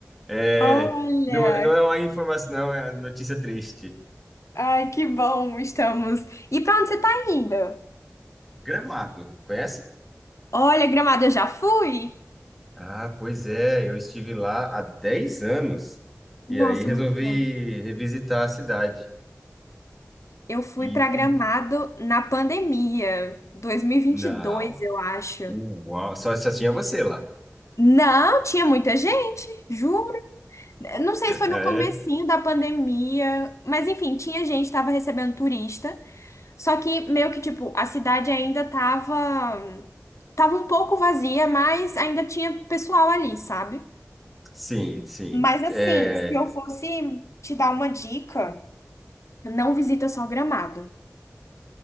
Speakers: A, in the centre; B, on the left (about 75°).
A: é,
B: Olha,
A: não, não é uma informação, não é uma notícia triste.
B: ai, que bom estamos. E pra onde você tá indo?
A: Gramado, conhece?
B: olha, Gramado, eu já fui.
A: Ah, pois é, eu estive lá há 10 anos e
B: Nossa,
A: aí resolvi
B: muito tempo.
A: revisitar a cidade.
B: Eu fui
A: E,
B: pra
A: e-
B: Gramado na pandemia, dois mil e e vinte
A: não.
B: e dois, eu acho.
A: Uau, só, só tinha você lá.
B: Não, tinha muita gente, juro. Não sei se foi
A: É,
B: no comecinho da pandemia, mas enfim, tinha gente, tava recebendo turista. Só que meio que tipo, a cidade ainda tava tava um pouco vazia, mas ainda tinha pessoal ali, sabe?
A: sim, sim.
B: Mas assim,
A: É,
B: se eu fosse te dar uma dica, não visita só Gramado,